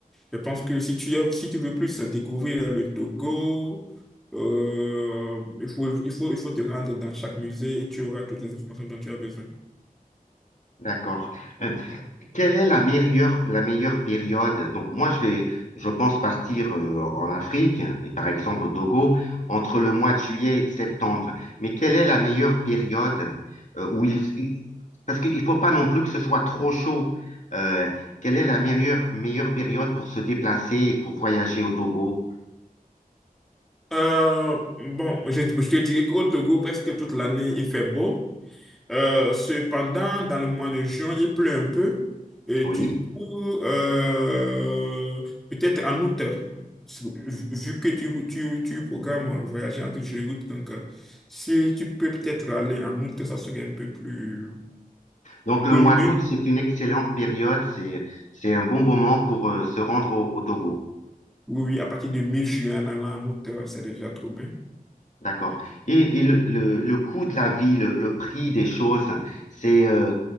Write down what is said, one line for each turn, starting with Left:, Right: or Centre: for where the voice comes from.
Centre: je pense que si tu, aimes- si tu veux plus découvrir le Togo, euh, il faut, il faut, il faut te rendre dans chaque musée et tu auras toutes les informations dont tu as besoin.
Left: D'accord. Euh, quelle est la meilleure, la meilleure période? Donc moi, je vais, je pense partir euh, en Afrique et par exemple au Togo entre le mois de juillet et de septembre. Mais quelle est la meilleure période euh, où il, il- parce qu'il faut pas non plus que ce soit trop chaud. Euh, quelle est la meilleure, meilleure période pour se déplacer et pour voyager au Togo?
Centre: Euh, bon, je, je te dirais qu'au Togo, presque toute l'année, il fait beau. Euh, cependant, dans le mois de juin, il pleut un peu. Et
Left: Oui.
Centre: du coup, euh, peut-être en août, vu vu que tu, tu, tu programmes euh, voyager entre juillet et août, donc euh, si tu peux peut-être aller en août, ça serait un peu plus,
Left: Donc
Centre: un peu
Left: le mois d'août,
Centre: mieux.
Left: c'est une excellente période. C'est, c'est un bon moment pour euh, se rendre au au Togo.
Centre: Oui, oui, à partir de mi-juillet en allant en août, euh, c'est déjà trop bien.
Left: D'accord. Et, et le, le, le coût de la vie, le, le prix des choses, c'est euh,